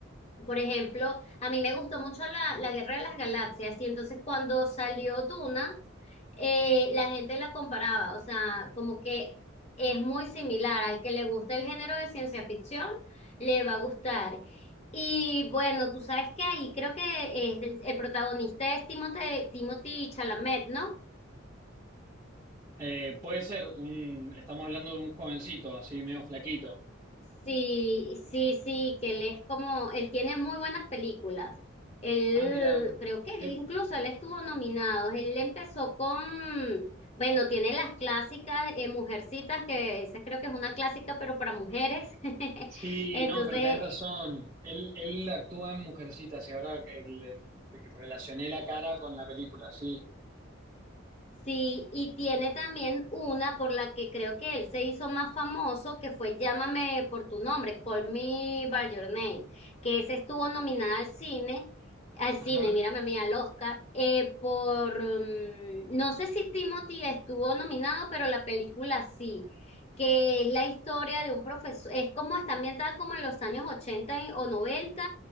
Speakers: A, on the left (about 30°); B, on the right (about 15°).
A: por ejemplo, a mí me gustó mucho la, la Guerra de las Galaxias y entonces cuando salió Duna, eh, la gente la comparaba, o sea, como que es muy similar al que le gusta el género de ciencia ficción, le va a gustar. Y bueno, tú sabes que ahí creo que es- el, protagonista es Timote- Timothy Chalamet, no
B: Eh, puede ser un, estamos hablando de un jovencito, así medio flaquito.
A: Sí, sí, sí, que él es como, él tiene muy buenas películas. Él,
B: Ah, mira,
A: creo que
B: qué-
A: él incluso él estuvo nominado. Él empezó con, bueno, tiene las clásicas eh, Mujercitas, que esa creo que es una clásica, pero para mujeres. <laughs>
B: sí,
A: Entonces,
B: no, pero tenés razón. Él, él actúa en Mujercitas y ahora que le- de que relacioné la cara con la película, sí.
A: Sí, y tiene también una por la que creo que él se hizo más famoso, que fue Llámame por tu nombre, Call Me by Your Name, que esa estuvo nominada al cine, al
B: Ajá,
A: cine, mírame a mí, al Oscar, eh, por, mm, no sé si Timothy estuvo nominado, pero la película sí, que es la historia de un profesor, es como está ambientada como en los años 80 y- o noventa